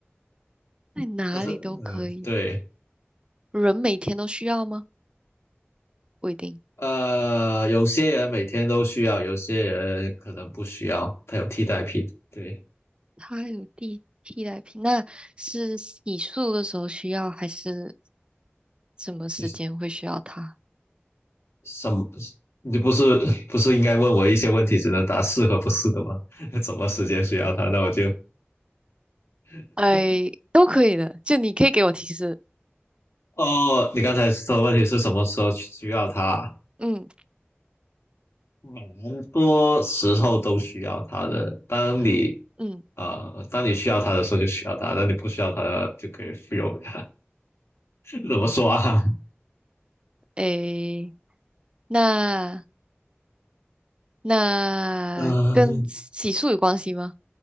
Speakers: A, on the right; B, on the left.
A: 在哪里都可以。
B: 但是，嗯，对，
A: 人每天都需要吗？不一定。
B: 呃，有些人每天都需要，有些人可能不需要，他有替代品。对，
A: 他有替替代品，那是洗漱的时候需要，还是什么时间会需要它？
B: 就是什么，你不是不是应该问我一些问题，只能答是和不是的吗？<laughs> 什么时间需要它？那我就，<laughs>
A: 哎，都可以的，就你可以给我提示。
B: 哦，你刚才说的问题是什么时候需要它？
A: 嗯，
B: 蛮多时候都需要它的。当你
A: 很，嗯，
B: 啊、当你需要它的时候就需要它，当你不需要它就可以不用它。<laughs> 怎么说啊？
A: 哎，那那跟洗漱有关系吗？
B: 嗯、